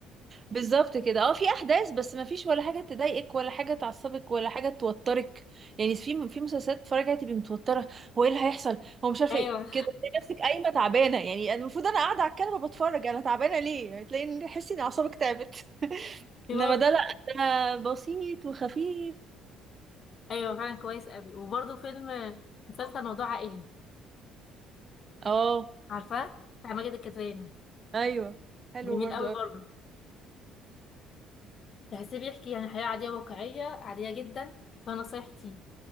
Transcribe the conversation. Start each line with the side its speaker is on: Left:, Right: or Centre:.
Right: بالظبط كده اه في احداث بس ما فيش ولا حاجه تضايقك ولا حاجه تعصبك ولا حاجه توترك يعني في في مسلسلات تتفرجي عليها تبقي متوتره هو ايه اللي هيحصل هو مش عارفه
Left: ايوه
Right: ايه كده تلاقي نفسك قايمه تعبانه يعني أنا المفروض انا قاعده على الكنبه بتفرج انا تعبانه ليه يعني تلاقي ان تحسي ان اعصابك تعبت <laughs>
Left: في
Right: انما
Left: برضه
Right: ده لا ده بسيط وخفيف
Left: ايوه فعلا كويس قوي وبرضه فيلم مسلسل موضوع عائلي
Right: اه
Left: عارفاه بتاع ماجد الكدواني
Right: ايوه حلو
Left: جميل
Right: برضو
Left: قوي
Right: أوي.
Left: برضه تحسيه بيحكي يعني حياة عادية واقعية عادية جدا فيها نصايح كتير